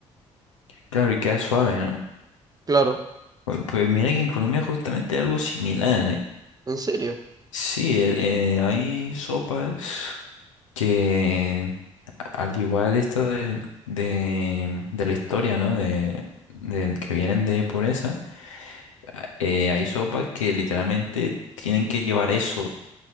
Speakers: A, on the left; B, on the right.
A: claro, y queda suave, ¿no?
B: claro,
A: Pues, pues mira que en Colombia justamente algo similar, ¿eh?
B: en serio.
A: Sí, el- eh, hay sopas que a- al igual esto de, de, de la historia, ¿no? De, del que vienen de pobreza, a- eh, hay sopas que literalmente tienen que llevar eso,